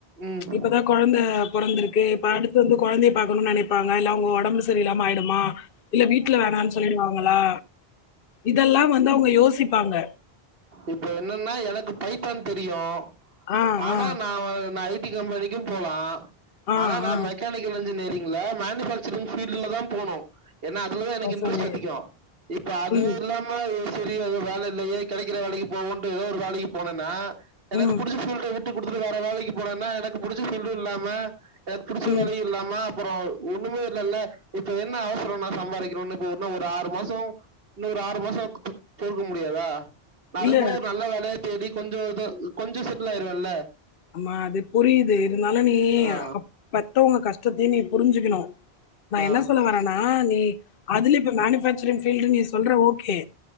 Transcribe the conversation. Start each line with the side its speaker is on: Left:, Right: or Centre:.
Right: ம்
Left: இப்பதான் கொழந்த பொறந்துருக்கு இப்ப அடுத்து வந்து கொழந்தைய பாக்கனும்ன்னு நெனப்பாங்க இல்ல அவங்க உடம்பு ஸ் சரியில்லாம ஆயிடுமா இல்ல வீட்டுல வேணாம்ன்னு சொல்லிடுவாங்களா இதெல்லாம் வந்து அவங்க யோசிப்பாங்க
Right: இப்ப என்னன்னா எனக்கு பைத்தான் தெரியும்
Left: ஆ
Right: ஆனா
Left: ஆ
Right: நான் நை ட்டி கம்பெனிக்கும் போலாம்
Left: ஆ
Right: ஆனா நான்
Left: ஆ
Right: மெக்கானிக்கல் இன்ஜினியேரி இல்ல மேனுபேக்சரிங் ஃபீல்டுல தான் போனும் ஏன்னா அதுலதான் எனக்கு
Left: ஓ,
Right: இன்ட்ரெஸ்ட்
Left: சரி
Right: அதிகம் இப்ப அதுவும்
Left: ம்
Right: இல்லாம ஒ சரி அது வேலை இல்லையே கிடைக்கிற வேலைக்கு போவோன்ட்டு ஏதோ ஒரு வேலைக்கு போனன்னா எனக்கு
Left: ம்
Right: புடிச்ச பீல்ட் அது உட்டு குடுத்து வேர வேலைக்கு போனனா எனக்கு புடிச்ச பீல்டும் இல்லாம எனக்கு புடிச்ச
Left: ம்
Right: வேலையும் இல்லாமா அப்புறம் ஒண்ணுமே இல்லல இப்ப என்ன அவசரம் நான் சம்பாரிக்கணும்னு இப்ப ஒரு ஆறு மாசம் இன்னொரு ஆறு மாசம் பொறுக்க முடியாதா நா
Left: இல்ல
Right: அதுக்குள்லே ஒரு நல்ல வேலைய தேடி கொஞ்சோ இத கொஞ்சோ செட்டில் ஆயிருவன்ல
Left: ஆமா அது புரியுது இருந்தாலும் நீ
Right: ஆ
Left: அப் பெத்தவங்க கஷ் டத்தையும் நீ புரிஞ்சுக்கணும் நான்
Right: ஆ
Left: என்ன சொல்ல வரேனா நீ அதுல இப்ப மேனுஃபக்சரிங் ல்டு நீ சொல்ற ஓக்கே